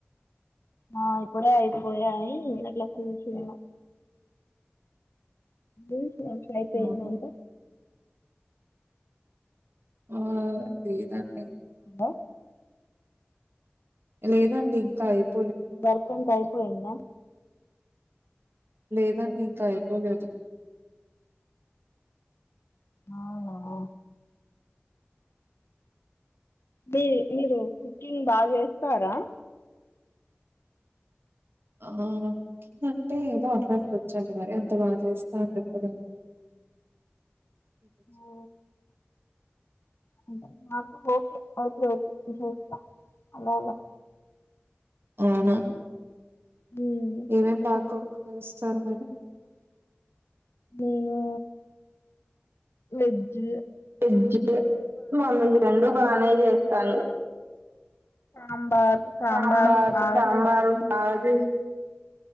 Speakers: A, on the left; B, on the right.
A: ఆ ఇప్పుడే అయిపోయాయి గట్లా కూసున్న ఊక్ రా అయ్ పెయిన్
B: అవునా!
A: దంట
B: ఆ ఎతాండి
A: ఆ
B: లేదండి ఇంకా అయ్ ప్
A: వర్ కింక్ అయిపోయింద
B: లేదండి ఇంకా అయిపోలేదు
A: ఔన మీ మీరు కుకింగ్ బా జెస్తరా
B: ఆ కుకింగ్ అంటే ఏదో అట్ లట్ వచ్ చండి మరే అంత బా చేస్త అన్ జెప్పలేన్
A: ఓ హో నాక్ ఓకే ఒకేఒకే విశేష్ త అలాలా
B: ఔనా
A: హ్మ్
B: ఏమేమ్ బాకుక్ ఎస్తారు మీరు
A: నేను వేజు
B: వేజ్జు య్ నాన్ వెజ్ రెండు బానే జెస్తాను
A: సాంబార్
B: సాంబార్
A: బాగా
B: సాంబార్
A: చేస్తాను
B: బాజెస్